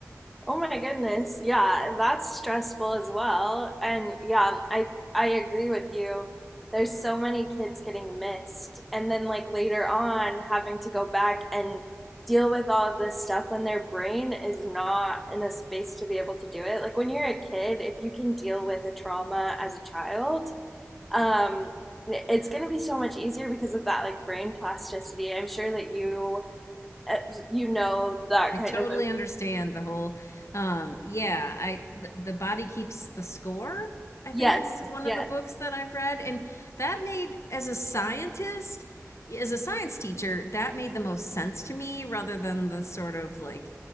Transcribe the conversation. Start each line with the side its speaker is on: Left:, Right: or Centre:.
Centre: Oh my goodness. Yeah, that's stressful as well. And yeah, I I agree with you. There's so many kids getting missed and then like later on having to go back and deal with all of this stuff when their brain is not in a space to be able to do it. Like when you're a kid, if you can deal with a trauma as a child, um it's going to be so much easier because of that like brain plasticity. I'm sure that you uh, you know that
Left: I
Centre: kind
Left: totally
Centre: of
Left: understand the whole um yeah, I th The Body Keeps the Score, I
Centre: Yes,
Left: think is one
Centre: yes.
Left: of the books that I've read and that made as a scientist, as a science teacher, that made the most sense to me rather than the sort of like